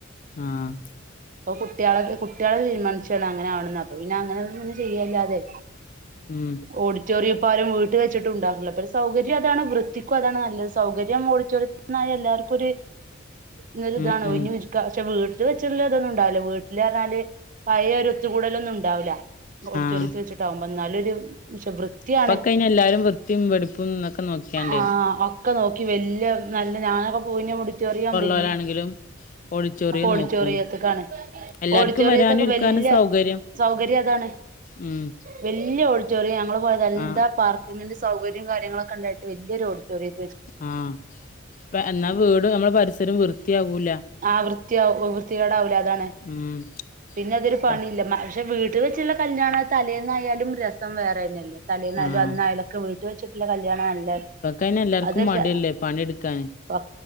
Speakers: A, on the left; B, on the right.
A: ആഹ്
B: അപ്പൊ കുട്ടികളെ കുട്ടികളെ തീരുമാനിച്ചാണ് അങ്ങനെ ആണന്ന് അപ്പൊ പിന്നെ അങ്ങനെന്നെ ചെയ്യല്ലാതെ
A: ഉം
B: ഓഡിറ്റോറിയംപ്പം ആരും വീട്ടിൽ വെച്ചിട്ടുണ്ടാക്കില്ല പിന്നെ സൗകര്യം അതാണ് വൃത്തിക്കും അതാണ് നല്ലത് സൗകര്യം ഓഡിറ്റോറിയം എന്ന എല്ലാർക്കും ഒരു ഇ ഇതാണ
A: ഉം ഉം
B: ഒ പക്ഷെ വീട്ടിൽ വെച്ചട്ടുള്ളതൊന്നും ഉണ്ടാവില്ല വീ <inaudible> പഴയ ഒരു ഒത്ത് കൂടലൊന്നും ഉണ്ടാവൂല ഓഡിറ്റോറിയത്ത്
A: ആഹ്
B: വെച്ചിട്ടാവുമ്പോ എന്നാലൊരു പ ക്ഷേ വൃത്തിയാണ്
A: ഇപ്പൊക്കെ അയിന് എല്ലാരും വൃത്തിയും വെടിപ്പും ഒക്കെ നോക്കിയാണ്ടേ
B: ആഹ് ഒക്കെ നോക്കി വല്യ നല്ല ഞാനൊക്കെ പൂഞ്ഞെ ഓഡിറ്റോറിയം ആവുമ്പോലെയ്
A: പോരാ ണെങ്കിലും ഓഡിറ്റോറിയം
B: ഓഡിറ്റോറിയത്ത്ക്കാണ്
A: നോക്കും എല്ലാർക്കും
B: ഓഡിറ്റോറിയത്തൊക്കെ
A: വരാനും ഇരിക്കാനും
B: വല്യ
A: സൗകര്യം
B: സൗകര്യം അതാണ്
A: ഉം
B: വല്യ ഓഡിറ്റോറിയം ഞങ്ങള് പോയത് എന്താ
A: ആഹ്
B: പാർക്ക് ഇങ്ങനെത സൗകര്യം കാര്യങ്ങളൊക്കെളണ്ടായിട്ട് വല്യ ഒരു ഓഡിറ്റോറിയം
A: ആഹ് ഇപ്പ എന്നാ വീട് നമ്മള പരിസരം വൃത്തിയാവൂല
B: ആ വൃത്തിയാവും വൃത്തികേടാവൂല അതാണ്
A: ഉം
B: പിന്നെ അതൊരു
A: പ്പ
B: പണി ഇല്ല പക്ഷെ വീട്ടിൽ വെച്ചുള്ള കല്ല്യാണ തലേന്നായാലും രസം വേറെ തന്നെയല്ലേ തലേന്നായാലും
A: ആഹ്
B: അന്നായാലൊക്കെ വീട് വെച്ചിട്ടുള്ള കല്യാണം നല്ലത്
A: ഇപ്പക്കയ്ന് എല്ലാർക്കും
B: അതെല്ല
A: മടിയല്ലേ പണിയെടുക്കാന്
B: പ